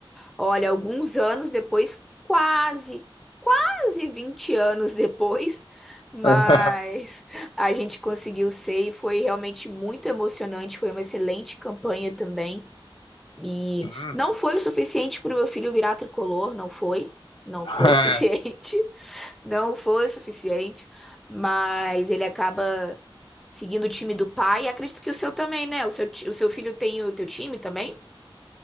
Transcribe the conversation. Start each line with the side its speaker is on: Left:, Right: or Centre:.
Centre: Olha, alguns anos depois, quase, quase 20 anos depois, <laughs> mas
Left: <laughs>
Centre: a gente conseguiu ser e foi realmente muito emocionante. Foi uma excelente campanha também. E
Left: Uhum.
Centre: não foi o suficiente para o meu filho virar tricolor, não foi. Não
Left: <laughs>
Centre: foi suficiente. <laughs> Não foi suficiente. Mas ele acaba seguindo o time do pai. E acredito que o seu também, né? O seu, ti- o seu filho tem o teu time também?